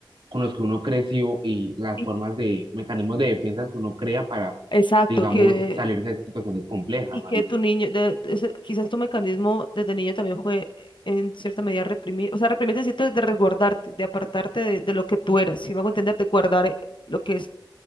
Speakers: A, on the right (about 90°); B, on the left (about 75°).
A: con los que uno creció y las
B: Y-
A: formas de, mecanismos de defensa que uno crea para,
B: Exacto,
A: digamos,
B: que
A: salirse de esas situaciones complejas,
B: Y
A: marico.
B: que tu niño, de- de- ese- quizás tu mecanismo desde niño también fue eh, en cierta medida reprimir, o sea, reprimirte cierto de resguardarte, de apartarte de, de lo que tú eras, si me hago entender, de guardar eh, lo que es